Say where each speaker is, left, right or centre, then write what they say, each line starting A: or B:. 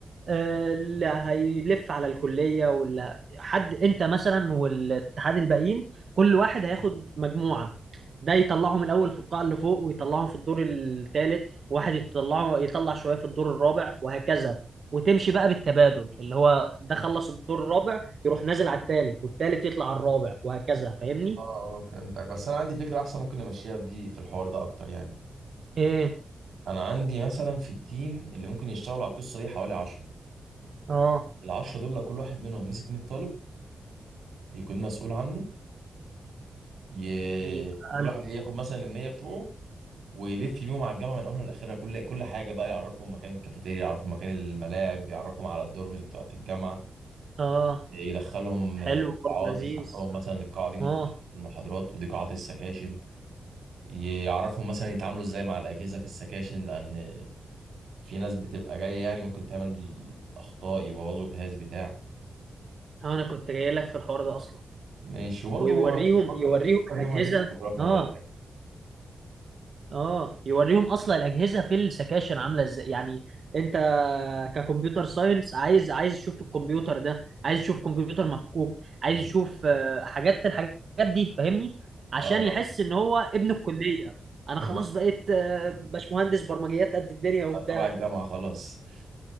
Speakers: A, on the right; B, on the right.
A: آه، اللي هيلف على الكلية ولا حد انت مثلا والاتحاد الباقيين كل واحد هياخد مجموعة ده يطلعهم الاول في القاعة اللي فوق ويطلعهم في الدور الثالث وواحد يطلعه يطلع شوية في الدور الرابع وهكذا وتمشي بقى بالتبادل اللي هو ده خلص الدور الرابع يروح نازل على الثالث والثالث يطلع على الرابع وهكذا فاهمني؟
B: اه آه، آه، فهمتك بس انا عندي فكرة احسن ممكن نمشيها بدي في الحوار ده اكتر يعني
A: ايه
B: انا عندي مثلا في التيم اللي ممكن يشتغلوا على القصة دي حوالي 10
A: اه
B: العشرة دول لو كل واحد منهم مسك 100 طالب يكون مسؤول عنه ي...
A: يبقى
B: كل
A: ألف
B: واحد ياخد مثلا المية بتوعه ويلف بيهم على الجامعة من أولها لآخرها كل كل حاجة بقى يعرفهم مكان الكافيتيريا يعرفهم مكان الملاعب يعرفهم على الدورمز بتوعة الجامعة
A: اه
B: يدخلهم
A: حلو
B: آه،
A: برضه
B: قاعات
A: لذيذ
B: يشرح لهم مثلا القاعة دي متخصصة
A: اه
B: في المحاضرات ودي قاعات السكاشن يعرفهم مثلا يتعاملوا ازاي مع الأجهزة في السكاشن لأن في ناس بتبقى جاية يعني ممكن تعمل أخطاء يبوظوا جهاز بتاع
A: انا كنت جاي لك في الحوار ده اصلا
B: ماشي وبرضه
A: ويوريهم
B: هو- فكر
A: يوريهم
B: فكر
A: الاجهزه
B: يوم هجيب فوتوغرافر
A: اه
B: ولا
A: اه يوريهم اصلا الاجهزه في السكاشن عامله ازاي يعني انت ككمبيوتر ساينس عايز عايز تشوف الكمبيوتر ده عايز تشوف كمبيوتر مفكوك
B: بالظبط
A: عايز تشوف آه، حاجات الحاجات دي فاهمني عشان
B: اه
A: يحس ان هو ابن الكليه انا
B: مم.
A: خلاص بقيت آه، باشمهندس برمجيات قد الدنيا وبتاع
B: تبع الجامعة خلاص